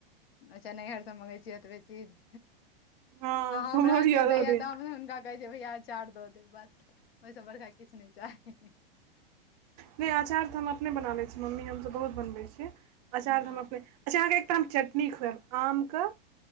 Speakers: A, on the left (about 85°); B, on the right (about 45°).
A: अच्छा नैहरसम में होछे। एतबे चीज
B: हँ
A: हाँ
B: कुम्हरौरी
A: हमरा केओ
B: अदौरी
A: दैया तऽ हुनका। कहै छै। भैया अचार दऽ देब बस ओहिसँ। बड़का किछु नहि चाही।
B: नहि अचार तऽ हम अपने। बनाबै छी मम्मी हमसभ। बहुत बनबै छियै अचार
A: हँ
B: तऽ हम अपने। अच्छा अहाँ के एकटा हम चटनी खुएब। आम के